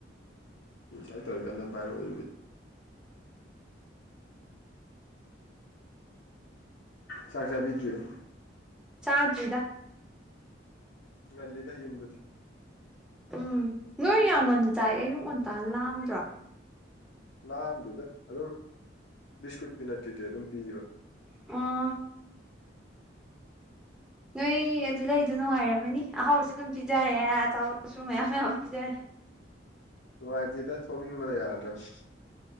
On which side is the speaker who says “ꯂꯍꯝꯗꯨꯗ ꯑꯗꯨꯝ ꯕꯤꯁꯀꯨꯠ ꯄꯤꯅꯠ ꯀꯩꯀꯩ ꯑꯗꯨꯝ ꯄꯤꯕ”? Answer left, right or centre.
Left